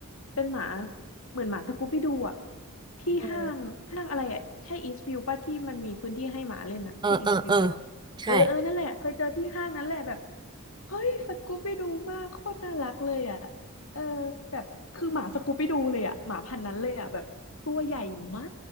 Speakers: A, on the left (about 75°); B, on the right (about 20°).
A: เป็นหมาเหมือนหมาสกูบี้ดูอ่ะที่ห้างห้างอะไรอ่ะใช่อีสต์วิวป่ะที่มันมีพื้นที่ให้หมาเล่นอ่ะใช่อีสต์วิวป่ะวะเออเออนั่นแหละเคยเจอที่ห้างนั้นแหละแบบ
B: อเออเออเออใช่
A: เฮ้ยสกูบี้ดูมากโคตรน่ารักเลยอ่ะเออแบบคือหมาสกูบี้ดูเลยอ่ะหมาพันธุ์นั้นเลยอ่ะแบบตัวใหญ่มา